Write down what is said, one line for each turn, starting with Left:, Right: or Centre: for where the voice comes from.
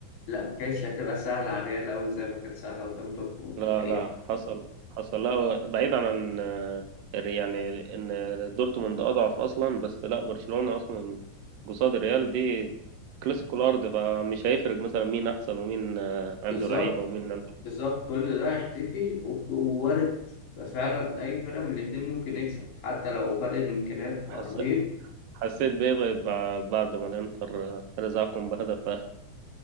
Left: لا ما كانتش هتبقى سهلة على الريال أوي زي ما كانت سهلة قدام دورتموند
Right: لا
Left: الحقيقة
Right: لا حصل حصل لا بعيدا عن آه، يعني إن دورتموند أضعف أصلا بس لا برشلونة أصلا قصاد الريال دي كلاسيكو الأرض فمش هيفرق مثلا مين أحسن ومين آه، عنده
Left: بالظبط
Right: لعيبة ومين عنده
Left: بالظبط
Right: فلوس.
Left: كل ده هيختفي وك- ووارد فعلا أي فرقة من الاتنين ممكن يكسب حتى لو فرق الإمكانيات رهيب
Right: حس... حسيت بإيه طيب بع- بعد ما الإنتر آه، رزعكم بهدف آخر